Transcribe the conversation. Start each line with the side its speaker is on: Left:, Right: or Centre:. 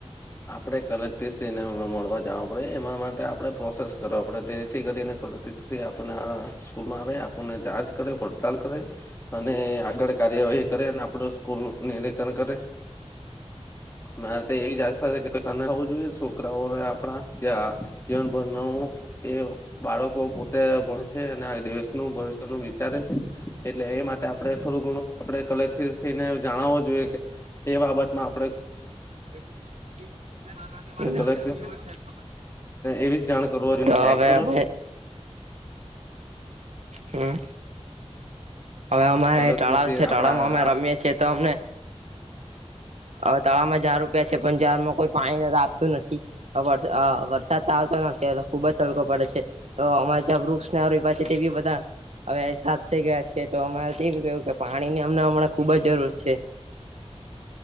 Left: આપડે કલેક્ટ્રીસઈને મળવા જવા પડે એમાં માટે આપણે પ્રોસેસ કરવા પડે તેથી કરીને <inaudible> સ્કૂલમાં આવે આપુને જાચ કરે પડતાલ કરે અને આગળ કાર્યવાહી કરે અને આપડું સ્કૂલ નું <unintelligible> કરે મારે તો એવી આસા છે <inaudible> છોકરાઓ આપડા જીવન ભર નો એ બાળકો પોતે ભણસે અને આ દેશ નુ ભવિષ્ય નું વિચારે છે એટલે એ માટે આપડણે થોડું ઘણું આપણે કલેક્ને જણાવુ જોઈએ જોએ કે એ બાબત માં
Right: <inaudible>
Left: તો કલેક્ટરશ્રીને એવી જ જાણ કરવા જોઈને
Right: તો
Left: ચેક
Right: અવે
Left: કરો
Right: અમે હ હવે અમારે
Left: કલેક્ટરશ્રી
Right: તળાવ છે
Left: આપડા
Right: તાળાવમાં અમે રમીએ છીએ તો અમને હવે તળાવમાં <unintelligible> છે પન ઝડમાં કોઈ પાણી આપતું નથી અ વરસાદ આવતો નથી એટલે ખુબ જ તડકો પડે છે તો અમારે ત્યાં વૃક્ષને <unintelligible> અવે એસાબ થઈ ગયા છે તો અમારે તેવું કેવુ કે પાણીની અમને હમણાં ખુબ જ જરૂર છે.